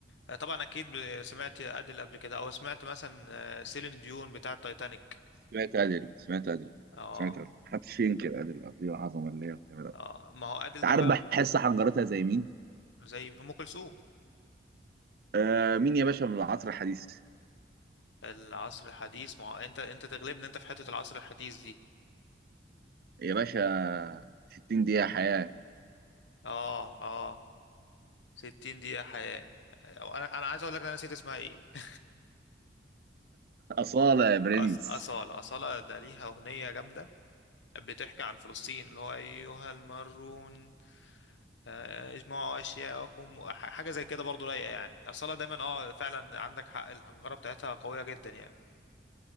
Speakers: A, on the left; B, on the right.
A: آه، طبعا اكيد ب- سمعت ادل قبل كده او سمعت مثلا آه، سيلين ديون بتاع التايتانيك
B: سمعت عادل سمعت عادل
A: اه
B: سمعت عادل محدش ينكر عادل قد ايه العظمه اللي هي بتعملها
A: اه ما هو ادل
B: انت
A: ده
B: عارف
A: بقى
B: بحس حنجرتها زي مين؟
A: زي ام كلثوم
B: آه مين يا باشا من العصر الحديث؟
A: العصر الحديث ما هو انت انت تغلبني انت في حتة العصر الحديث دي
B: يا باشا 60 دقيقه حياه
A: اه اه 60 دقيقة حياة آه، انا انا عايز اقول لك انا نسيت اسمها ايه <laughs>
B: اصاله يا برنس
A: أص... أصالة أصالة ده ليها أغنية جامدة بتحكي عن فلسطين اللي هو أيها المارون آه، اجمعوا اشياءكم ح- حاجه زي كده برضو رايقه يعني اصلا دايما اه فعلا عندك حق الحنجره بتاعتها قويه جدا يعني